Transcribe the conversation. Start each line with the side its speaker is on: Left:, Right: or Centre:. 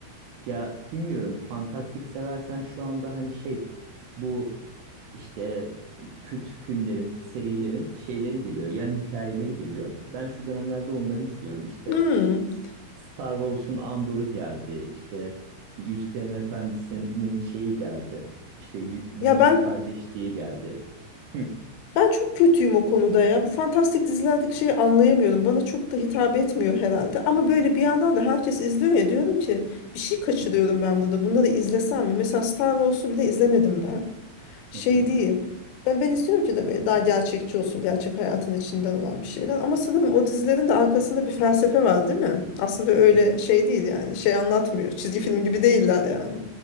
Right: ya bilmiyorum. Fantastik seversen şu anda hani şey bu işte kült filmlerin, serilerin şeyleri geliyor. Yan hikayeleri geliyor. Ben şu dönemlerde onları izliyorum işte.
Left: Hmm.
Right: Star Wars'un Andor'u geldi. İşte Yüzüklerin Efendisi'nin şeyi geldi. İşte Yü- Yüzük
Left: Ya ben
Right: Kardeşliği geldi. Hı
Left: Ben çok kötüyüm o konuda ya. Bu fantastik dizilerdeki şeyi anlayamıyorum. Bana çok da hitap etmiyor herhalde. Ama böyle bir yandan da herkes izliyor ya diyorum ki bir şey kaçırıyorum
Right: hı
Left: ben burada. Bunları izlesem mi? Mesela Star Wars'u bile izlemedim ben. Şey
Right: hı. hı.
Left: değil. Ben, ben istiyorum ki de böyle daha gerçekçi olsun. Gerçek hayatın içinden olan bir şeyler. Ama sanırım o dizilerin de arkasında bir felsefe var değil mi? Aslında öyle
Right: E,
Left: şey değil yani. Şey anlatmıyor. Çizgi film gibi değiller yani.